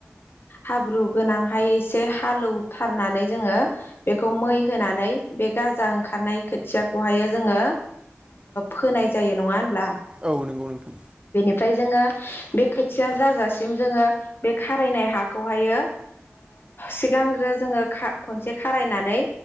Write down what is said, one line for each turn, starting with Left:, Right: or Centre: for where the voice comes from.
Left: हाब्रु गोनांहाय एसे हालेवथारनानै जोङो बेखौ मै होनानै बे गाजा ओं खारनाय खोथियाखौहायो जोङो फोनाय जायो नङा होनब्ला
Right: औ नंगौ नोंथां
Left: ओमफ्राय जोङो बे खोथिया जाजासिम जोङो बे खारायनाय हाखौहायो। सिगांग्रो जोङो खनसे खारायनानै